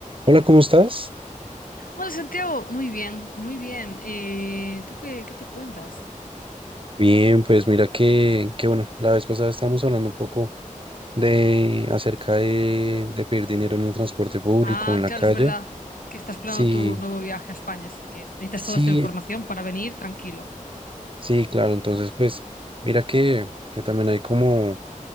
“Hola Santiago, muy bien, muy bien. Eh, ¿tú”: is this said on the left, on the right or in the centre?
Left